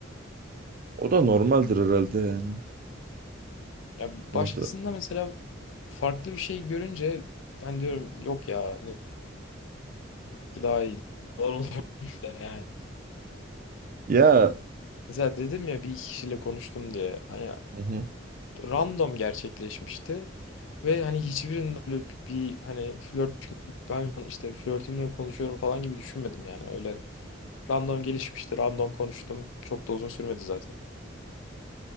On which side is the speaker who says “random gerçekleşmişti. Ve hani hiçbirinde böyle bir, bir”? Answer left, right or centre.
Left